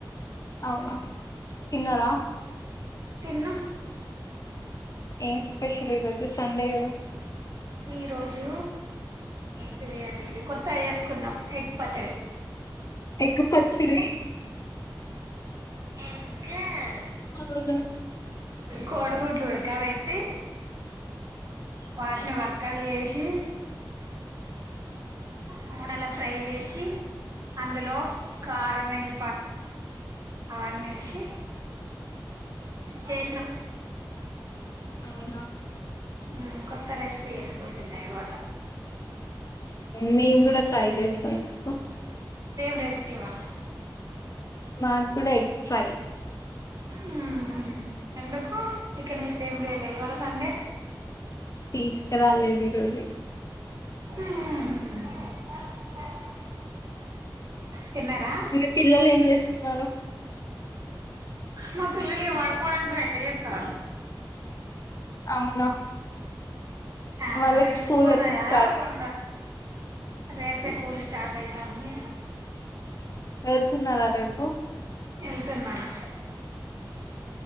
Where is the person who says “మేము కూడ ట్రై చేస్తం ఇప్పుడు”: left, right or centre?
Left